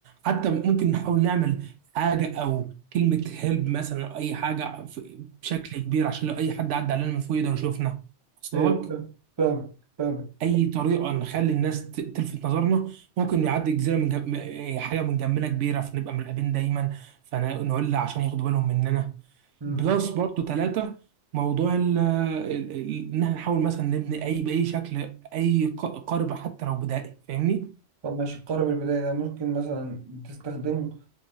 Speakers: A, on the right; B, on the right.
A: حتى ممكن نحاول نعمل حاجه او كلمه هيلب مثلا أو اي حاجه في- بشكل كبير عشان لو اي حد عدى علينا من فوق يقدر يشوفنا وصل
B: ايوه
A: لك
B: فاهم- فاهمك فاهمك
A: اي طريقه نخلي الناس ت- تلفت نظرنا ممكن يعدي جزيره من جم... م- حاجه من جنبنا كبيره فنبقى مرقبين دايما فنولع عشان ياخدوا بالهم مننا
B: مم.
A: بلس برضو ثلاثه موضوع ال- ال- ال- ان احنا نحاول مثلا نبني اي باي شكل اي ق- قارب حتى لو بدائي فاهمني
B: طب ماشي قارب البداية ده ممكن مثلا تستخدمه